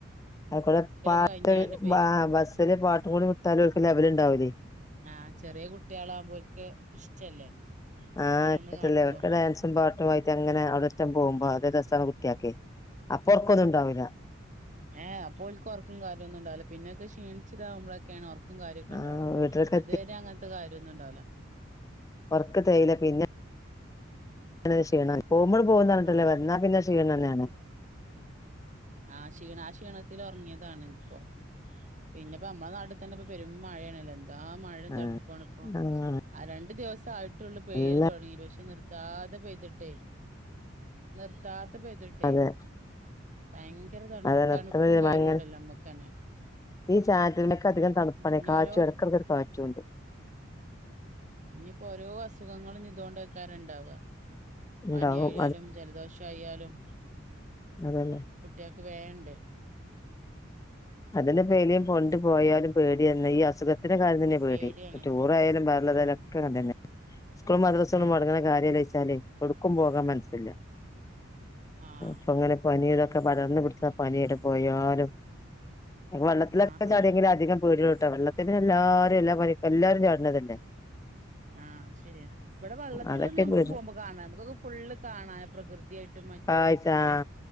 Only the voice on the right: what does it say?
കഴിഞ്ഞാണ്ട്പ്പേ
ആഹ ചെറിയ കുട്ടികളാകുമ്പോക്ക് ഇഷ്ടല്ലേ?
ഓരോന്ന്
കാണുമ്പോ
ഏഹ അപ്പോ ഓൽക്ക് ഉർക്കും കാര്യമൊന്നും ഉണ്ടാവില്ല പിന്നൊക്കെ ക്ഷിണിച്ചതാകുമ്പോഴൊക്കെയാണ് ർക്കം കാര്യൊക്കെ
ഇണ്ടവാ
അത് തന്നെ അങ്ങനത്തെ കാര്യമൊന്നും ഉണ്ടാവില്ല.
ആഹ്
ആ ക്ഷീണം. ആ ക്ഷീണത്തിൽ ഉറങ്ങിയതാണ് ഇപ്പൊ. പിന്നെ ഇപ്പ നമ്മ നാട്ടിൽ തന്നെ ഇപ്പൊ പെരും മഴയാണല്ലോ. എ എന്താ മഴയും
തണുപ്പാണ് ഇപ്പോ.
ആ രണ്ടു ദിവസേ ആയിട്ടുള്ളൂ. പെഴല്
തുടങ്ങിയിട്ട് പക്ഷേ നിർ നിർത്താതെ പെയ്തിട്ടെ, നിർത്താതെ പെയ്തിട്ടെ.
ഭയങ്കര തണു
തണുപ്പും
കാര്യ
ഉണ്ടല്ലോ? നമ്മുക്ക്ന്നെ.
ഇനി
ഓരോ
ഇനിയിപ്പോ ഓരോ അസുഖങ്ങളാ! ഇതുകൊണ്ട് വക്കാറുണ്ടാവുക പനിയയാലും
ജലദോഷ ആയാലും.
കുട്ടികൾക്ക് വേണ്ട്
പേടിയാണ്
ഉം
ആഹ്
ആഹ്
ആഹ് ആഹ്
ആ ശരിയാ ഇവിടെ വെള്ളത്തിന്ന്
നമ്മുക്ക്
പോകുമ്പോ കാണാൻ നമുക്കൊക്കെ ഫുള്ള് കാണാ പ്രകൃതിയായിട്ടും മറ്റേതായിട്ടു
ഇങ്ങനെ